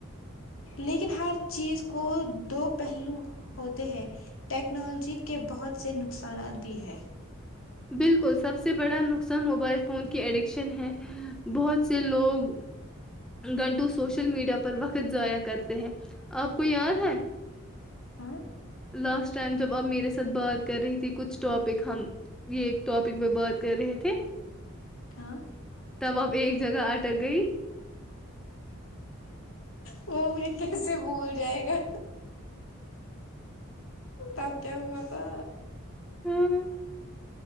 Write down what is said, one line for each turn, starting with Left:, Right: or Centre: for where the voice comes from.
Left: لیکن ہر چیز کو دو پہلو ہوتے ہیں ٹیکنالوجی کے بہت سے نقصانات بھی ہیں
Centre: بالکل سب سے بڑا نقصان موبائل فون کی ایڈکشن ہے بہت سے لوگ گھنٹوں سوشل میڈیا پر وقت ضائع کرتے ہیں آپ کو یاد ہے
Left: ہاں
Centre: لاسٹ ٹائم جب آپ میرے ساتھ بات کر رہی تھی کچھ ٹاپک ہم یے ایک ٹاپک میں بات کر رہے تھے
Left: ہاں
Centre: تب آپ ایک جگہ اٹک گئی
Left: وہ مجھے کیسے بھول جائے گا تب کیا ہوا تھا
Centre: ہوں